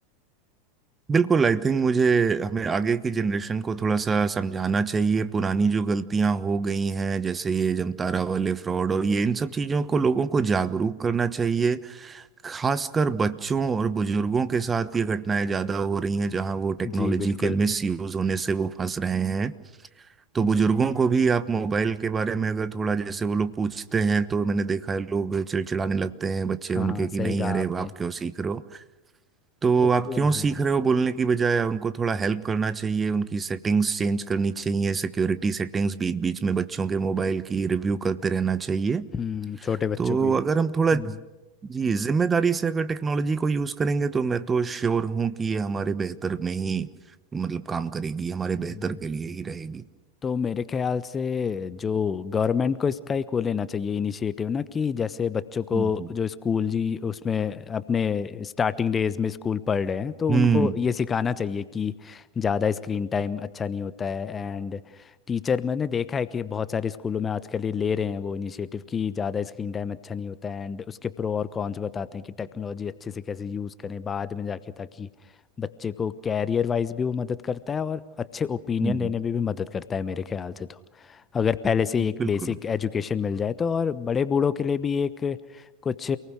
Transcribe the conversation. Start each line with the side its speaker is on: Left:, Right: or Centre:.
Right: बिल्कुल आई थिंक मुझे हमें आगे की जनरेशन को थोड़ा सा समझाना चाहिए पुरानी जो गलतियां हो गई हैं जैसे ये जमतारा वाले फ्रॉड और ये इन सब चीजों को लोगों को जागरूक करना चाहिए खासकर बच्चों और बुजुर्गों के साथ ये घटनाएं ज्यादा हो रही हैं जहां वो टेक्नोलॉजी
Left: जी बिल्कुल
Right: के मिस यूज होने से वो फंस रहे हैं तो बुजुर्गों
Left: जी
Right: को भी आप मोबाइल के बारे में अगर थोड़ा जैसे वो लोग पूछते हैं तो मैंने देखा है लोग चिड़चिड़ाने लगते हैं बच्चे
Left: हाँ
Right: उनके
Left: हाँ
Right: कि
Left: सही
Right: नहीं
Left: कहा
Right: अरे
Left: आपने
Right: आप क्यों सीख रहे हो तो
Left: तो
Right: आप
Left: फिर
Right: क्यों
Left: हाँ
Right: सीख रहे हो बोलने की बजाय उनको थोड़ा हेल्प करना चाहिए उनकी सेटिंग्स चेंज करनी चाहिए सिक्योरिटी सेटिंग्स बीच बीच में बच्चों के मोबाइल की रिव्यू करते रहना चाहिए
Left: हम्म छोटे बच्चों
Right: तो
Left: की हम्म
Right: अगर हम थोड़ा जी जिम्मेदारी से अगर टेक्नोलॉजी को यूज करेंगे तो मैं तो श्योर हूं कि ये हमारे बेहतर में ही मतलब काम करेगी हमारे
Left: हम्म।
Right: बेहतर के लिए ही रहेगी
Left: तो मेरे ख्याल से जो गवर्नमेंट को इसका एक वो लेना चाहिए इनिशिएटिव ना कि जैसे बच्चों को
Right: हम्म
Left: जो स्कूल जी उसमें अपने स्टार्टिंग डेज में स्कूल पढ़ रहे हैं तो
Right: हम्म
Left: उनको ये सिखाना चाहिए कि ज़्यादा स्क्रीन टाइम अच्छा नहीं होता है एंड टीचर मैंने देखा है कि बहुत सारे स्कूलों में आजकल ये ले रहे हैं वो इनिशिएटिव कि ज़्यादा स्क्रीन टाइम अच्छा नहीं होता है एंड उसके प्रो और कॉन्स बताते हैं कि टेक्नोलॉजी अच्छे से कैसे यूज़ करें बाद में जाके ताकि बच्चे को कैरियर वाइज भी वो मदद करता है और अच्छे ओपिनियन
Right: हम्म,
Left: लेने में भी मदद करता है मेरे ख्याल से तो अगर पहले से ही एक
Right: बिल्कुल
Left: बेसिक एजुकेशन मिल जाए तो और बड़े बूढ़ों के लिए भी एक कुछ